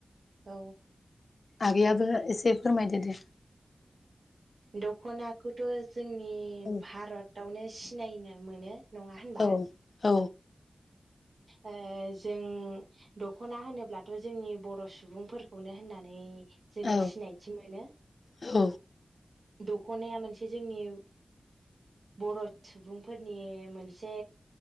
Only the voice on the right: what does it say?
औ
दखनाखौथ। जोंनि
भारतावनो। सिनायनो मोनो। नङा होनबा।
ओ जों दखना होनोब्लाथ जोंनि बर सुबुंफोरखौनो होननानै जोंङो
सिनायथि मोनो।
दखनाया मोनसे जोंनि बर सुबुंफोरनि मोनसे